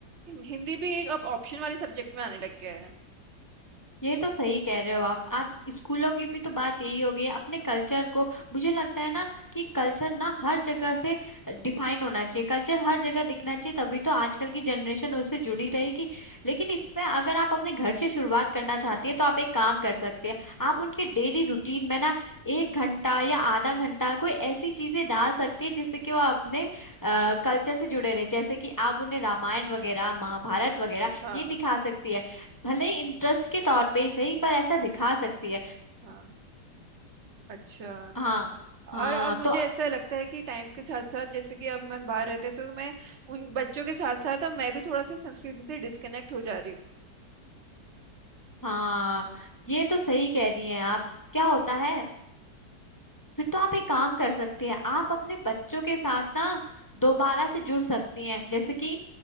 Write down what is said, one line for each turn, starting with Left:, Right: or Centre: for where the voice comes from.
Right: हिंदी भी एक अब ऑप्शन वाले सब्जेक्ट में आने लग गया है
Left: ये तो सही कह रहे हो आप आप स्कूलों की भी तो बात यही हो गई है अपने कल्चर को मुझे लगता है ना कि कल्चर ना हर जगह से डिफाइन होना चाहिए कल्चर हर जगह दिखना चाहिए तभी तो आजकल की जनरेशन उससे जुड़ी रहेगी लेकिन इसमें अगर आप अपने घर से शुरुआत करना चाहती है तो आप एक काम कर सकते हैं आप उनके डेली रूटीन में ना एक घंटा या आधा घंटा कोई ऐसी चीजें डाल सकती है जिससे कि वो अपने कल्चर से जुड़े रहे जैसे कि आप उन्हें रामायण वगैरह महाभारत वगैरह
Right: हाँ
Left: ये दिखा सकती है भले ही इंटरेस्ट के तौर पे ही सही पर ऐसा दिखा सकती है
Right: हाँ अच्छा
Left: हाँ हाँ
Right: और अब मुझे
Left: तो
Right: ऐसा लगता है कि टाइम के साथ साथ जैसे कि अब मैं बाहर रहते तो मैं उन बच्चों के साथ साथ अब मैं भी थोड़ा सा संस्कृति से डिस्कनेक्ट हो जा रही हूँ
Left: हाँ ये तो सही कह रही हैं आप क्या होता है फिर तो आप एक काम कर सकती हैं आप अपने बच्चों के साथ ना दोबारा से जुड़ सकती हैं जैसे कि